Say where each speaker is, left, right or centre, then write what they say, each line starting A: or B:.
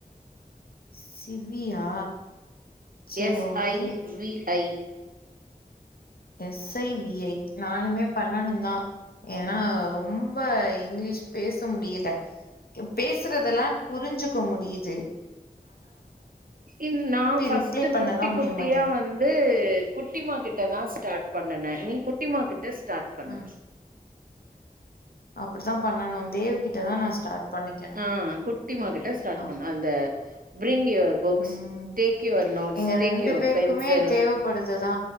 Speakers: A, on the left; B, on the right.
A: சிவியா சேரி
B: S
A: okay
B: I V I
A: SI VI நானுமே பண்ணணு தா ஏன்னா ரொம்ப இங்கிலீஷ் பேச முடியல பேசுறதெல்லா புரிஞ்சுக்க முடிது
B: ம் நா ஃபஸ்ட்டு
A: ரிப்ளை பண்ணதா
B: குட்டி குட்டியா
A: முடிய மாட்டேங்குது
B: வந்து குட்டிமா கிட்ட தா சொ ஸ்டார்ட் பண்ணுன நீ குட்டிமா கிட்ட த ஸ்டார்ட் பண்ணு
A: அ அப்படித்தா பண்ணணு தேவ் கிட்ட தா நா ஸ்டார்ட் பண்ணிக்கணு
B: ஆ குட் டி மாரி ஸ்டார்ட்
A: அ
B: பண்ண அந்த பிரிங் டேக் யூவர் புக்ஸ்
A: ம்
B: டேக் யூவர் நோட்ஸ்
A: எங்க
B: டேக் யூவர்
A: பேருக்குமே
B: பென்சில்
A: தேவப்படுதுதா.